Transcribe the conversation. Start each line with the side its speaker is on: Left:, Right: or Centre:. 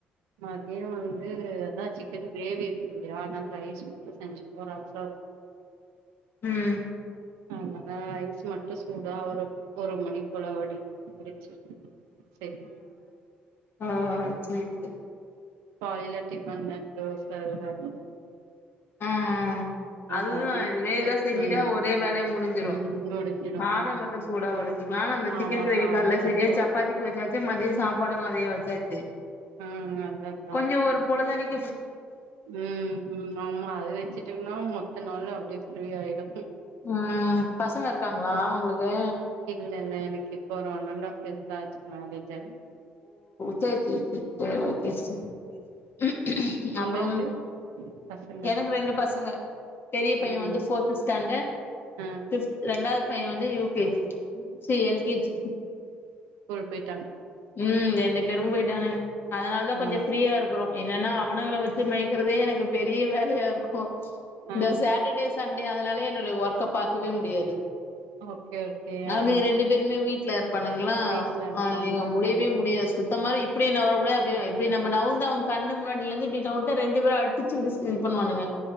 Right: மதியோ வந் அது அதா சிக்கன் கிரேவி த் இல்லையா ஆனா ரைஸ் மட்டு செஞ்சுபோ ரசோ
Left: ம்
Right: ஆமா அதா ரைஸ் மட்டு சூடா ஒரு ஒரு மணி போல வடி வடிச் செரி
Left: ஓ செர் செர்
Right: காலைல டிபன் அன் தோச எதாது
Left: ஆ அதுதா
Right: மதியத்துக்கு
Left: இதேதா செஞ்சுட்டா
Right: ம்
Left: ஒரே வேலையா முடிஞ்சிரு
Right: ம் முடிஞ்சிடு
Left: கசாதம் மட்டு சூடா வச்சிக் நாங்க அந்த சிக்கன்
Right: ஆமா
Left: கிரேவிக்கால்லா
Right: சாதோ
Left: செஞ்சு
Right: மட்டு
Left: சப்பாத்திக்கு வச்சாச்சு மதியம் சாப்பாடுகு அதே வச் சரி சரி
Right: ஆ அதா அதா
Left: கொஞ்சோ ஒரு பொழுதனிக்
Right: ம் ம் ஆமா அது வச்சுட்டுனா மொ அதனால அப்டியே ஃப்ரீ ஆயிரு
Left: ம் பசங்க இருக்காங்களா
Right: ம்
Left: உங்ளுக்கு
Right: இல்ல இல்ல எனக் இப்போ ஒரு ஒன் அண்ட் ஆஃப் இப்தா ஆச்சு மேரேஜ் அண்ட்
Left: செர் செர் செர் செரி ஓகே சிஸ்டர் அப்றோ
Right: உங்களுக்கு பசங்க
Left: எனக்கு ரெண்டு பசங்க பெரிய பையன்
Right: ம்
Left: வந்து ஃபோர்த்து ஸ்டாண்டர்ட்
Right: ஆ
Left: ஃபிஃப்த் ரெண்டாவ்து பைய் ஒன் வந்து யு கே ஜி ச்சீ எல் கே ஜி
Right: ஸ்கூல் பேய்
Left: ம் இரண்டு பெறும் போய்ட்டாங்க அதனால தா கொஞ்ச
Right: ஆ
Left: ஃப்ரீய இருக்குறோ என்னனா அவனுங்கள வச்சு மேய்கறதே எனக்கு பெரிய வேலயா இருக்கும்
Right: ஆ
Left: இந்த சாட்டர்டே சண் டே அதனாலே என்னுடைய ஒர்க்க பாக்கவே முடியாது
Right: ஓகே ஓகே
Left: அவனுக
Right: ஆ
Left: ரெண்டு பேருமே வீட்ல இருப்பானுங்ளா
Right: வீட்ல இருப்பாங்களாமா
Left: மல் முடிவே முடியாது சுத்த மாரி இப்டி நவுரக்கூட அப்டியு இப்டி நம்ம நவுந்தா வும் கண்ணு முன்னாடிலந்து இப்டி சௌண்டத் ரெண்டு பேரும் அடிச்சு கிடிச்சுட்டு இது பண்ணுவானுங்க